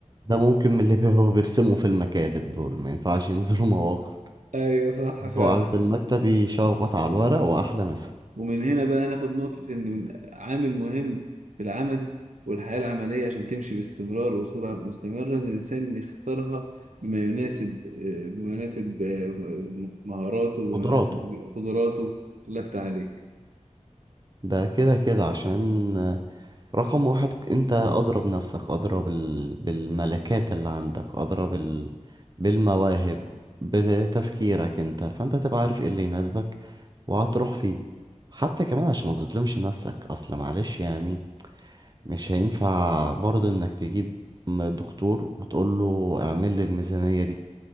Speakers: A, on the right; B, on the right.
A: ده ممكن من اللي بيبقوا بيرسموا في المكاتب دول ما ينفعش ينزلوا مواقع
B: <laughs> ايوه صح فعلا
A: هو قاعد في المكتب يشخبط على الورق وأحلى مسا
B: ومن هنا بقى ناخد نقطة إن من- عامل مهم في العمل والحياة العملية عشان تمشي باستمرار وصورة مستمرة إن الإنسان يختارها بما يناسب آه، بما يناسب آه، مهاراته وبما
A: قدراته
B: يناسب قدراته الله يفتح عليك
A: ده كده كده عشان رقم واحد انت مم. اضرب نفسك اضرب بال... بالملكات اللي عندك اضرب بال... بالمواهب بتفكيرك انت فانت تبقى عارف ايه اللي يناسبك وهتروح فيه حتى كمان عشان ما تظلمش نفسك اصل معلش يعني مش هينفع برضه انك تجيب م- دكتور وتقول له اعمل لي الميزانية دي